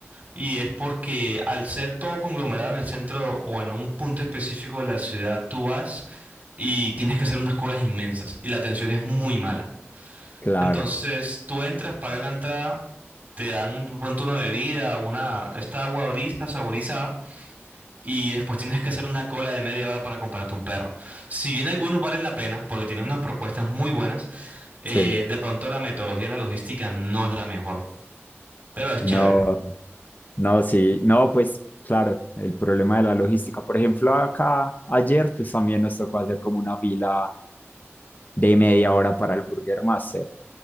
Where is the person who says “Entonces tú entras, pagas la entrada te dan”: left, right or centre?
Right